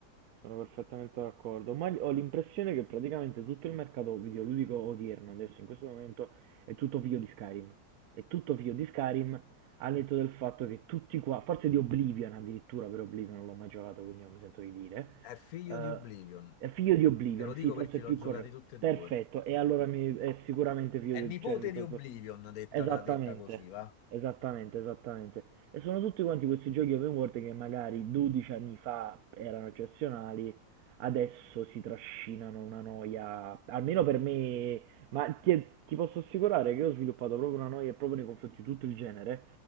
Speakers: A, on the right (about 65°); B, on the left (about 65°).
A: Sono perfettamente d'accordo. Ma ho l'impressione che praticamente tutto il mercato videoludico odierno, adesso in questo momento, è tutto figlio di Skyrim. È tutto figlio di Skyrim, al netto del fatto che tutti qua, forse di Oblivion addirittura, per Oblivion non l'ho mai giocato, quindi non mi sento di dire.
B: è figlio
A: Eh,
B: di Oblivion.
A: è figlio di Oblivion,
B: Te lo dico
A: sì, forse
B: perché
A: è più
B: l'ho giocati
A: corretto.
B: tutti e
A: Perfetto,
B: due.
A: e allora mi- è sicuramente figlio
B: È
A: di...
B: nipote
A: cioè, nel
B: di
A: senso...
B: Oblivion, detta,
A: Esattamente,
B: detta così, va?
A: esattamente, esattamente. E sono tutti quanti questi giochi open world che magari 12 anni fa erano eccezionali, adesso si trascinano una noia, almeno per me, ma ti, ti posso assicurare che io ho sviluppato proprio una noia proprio nei confronti di tutto il genere,